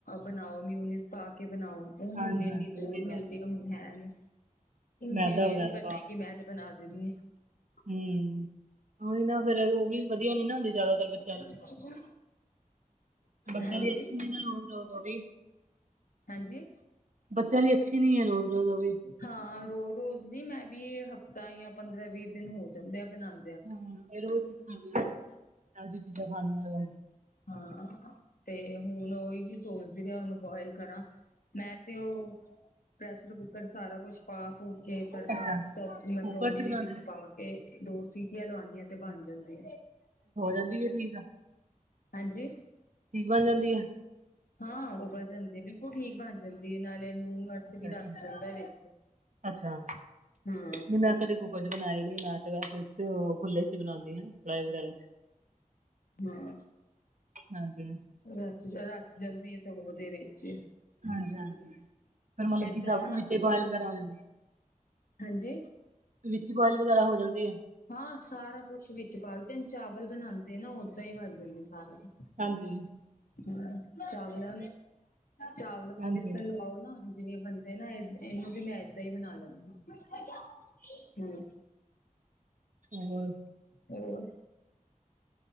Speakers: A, on the left; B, on the right.
A: ਬਣਾਓ ਮੀਨਉਸ ਪਾ ਕੇ ਬਣਾਓ ਉਹ
B: ਹਾਂਜੀ
A: ਹੁਣ ਇੰਨੀ
B: ਹਾਂਜੀ ਉਹੀ
A: ਦੂਰ ਮਿਲਦੀ
B: ਬਸ
A: ਹੁਣ ਹੈ ਨੀ।
B: ਮੈਦਾ
A: ਜਿਵੇਂ
B: ਵਗੈਰਾ
A: ਇਹ ਕਰੀ ਕਿ ਮੈਂ ਤੇ ਬਣਾ ਦੇਣੀਦੀ ਹੈ।
B: ਹੁੰ ਉਹੀ ਨਾ ਫ਼ਿਰ ਉਹ ਵੀ ਵਧੀਆ ਨੀ ਨਾ ਹੁੰਦੀ ਜ਼ਿਆਦਾਤਰ ਬੱਚਿਆਂ ਲਈ।
A: <unintelligible>
B: ਬੱਚਿਆ
A: ਹਾਂਜੀ।
B: ਲਈ ਅਛੀ ਨੀ ਓ ਵੀ।
A: ਹਾਂਜੀ।
B: ਬੱਚਿਆਂ ਲਈ ਅੱਛੀ ਨਹੀਂ ਹੈ ਰੋਜ਼ ਰਜ਼ ਉਹ ਵੀ।
A: ਹਾਂ ਰੋ ਰੋਜ਼ ਨੀ ਮੈਂ ਵੀ ਹਫ਼ਤਾ ਜਾਂ ਪੰਦਰਾਂ ਵੀਹ ਦਿਨ ਹੋ ਜਾਂਦੇ ਆ ਬਣਾਣ।
B: <unintelligible>
A: ਹਾਂ ਤੇ ਹੁਣ ਉਹੀ ਸੋਚਦੀ ਪਈ ਆ ਹੁਣ ਮੈ ਉਹਨੂੰ ਬੋਇਲ ਕਰਾਂ ਮੈ ਤੇ ਓ ਪ੍ਰੈਸ਼ਰ ਕੁੱਕਰ ਸਾਰਾ ਕੁਛ ਪਾ ਪੁ ਕੇ ਤੜਕਾ
B: ਅੱਛਾ
A: ਸਭ ਮੈਕਰੋਨੀ
B: ਕੁੱਕਰ ਚ ਬਣਾਉਂਦੇ
A: ਵੀ ਵਿੱਚ
B: ਨੇ
A: ਪਾ ਇਹ ਦੋ ਸੀਟੀਆਂ ਲਵਾਨੇ ਆ ਤੇ ਬਣ ਜਾਂਦੇ।
B: ਕਹਿੰਦੀ ਠੀਕ ਆ।
A: ਹਾਂਜੀ।
B: ਠੀਕ ਬਣ ਜਾਂਦੀ ਆ।
A: ਹਾਂ ਉਬਲ ਜਾਂਦੀ ਬਿਲਕੁਲ ਠੀਕ ਬਨ ਜਾਂਦੀ। ਨਾਲ ਇਹਨੂੰ ਮਰਚ
B: ਅੱਛਾ
A: ਵੀ
B: ਅੱਛਾ
A: ਰਚ ਜਾਂਦਾ ਵਿੱਚ।
B: ਅੱਛਾ
A: ਹੂੰ
B: ਨਹੀਂ ਮੈਂ ਕਦੇ ਕੁੱਕਰ ਚ ਬਣਾਏ ਨੀ। ਮੈ ਤੇ ਵਸ ਖੁੱਲੇ ਚ ਬਨਾਨੀ ਹਾਂ ਕੜਾਈ ਵਗੈਰਾ ਚ'
A: ਹਾਂ।
B: ਹਾਂਜੀ।
A: ਰਚ ਰਚ ਜਾਂਦੀ ਆ। ਸਗੋਂ ਓਦੇ ਵਿਚ
B: ਹਾਂਜੀ - ਹਾਂਜੀ। ਫਿਰ ਮਤਲਬ
A: ਏਦਾਂ
B: ਕਿ ਸਭ
A: ਨਾ
B: ਵਿੱਚ ਬੁਆਇਲ ਵਗੈਰਾ ਹੋ ਜਾਂਦੇ ਆਂ।
A: ਹਾਂਜੀ
B: ਵਿੱਚ ਬੋਇਲ ਵਗੈਰਾ ਹੋ ਜਾਂਦੀ ਹੈ।
A: ਹਾਂ ਸਾਰਾ ਕੁਛ ਵਿੱਚ ਪਾਕੇ ਜ ਚਾਵਲ ਬਣਾਉਂਦੇ ਆ ਨਾ। ਓਦਾਂ ਹੀ ਵੱਜ ਜਾਂਦੇ ਸਾਰਾ ਕੁ
B: ਹਾਂਜੀ।
A: ਹ ਚਾਵਲਾਂ ਚਾਵਲਾਂ
B: ਹਾਂਜੀ
A: ਬੇਸਣ ਲਵਾਓ ਨਾ। ਜਿਵੇਂ ਬਣਦੇ ਨਾ। ਇਹਨੂੰ ਵੀ ਮੈਂ ਏਦਾਂ ਹੀ ਬਨਾ ਲੈਂਦੀ ਆ। ਹਮ
B: ਹੋਰ।
A: ਹੋਰ।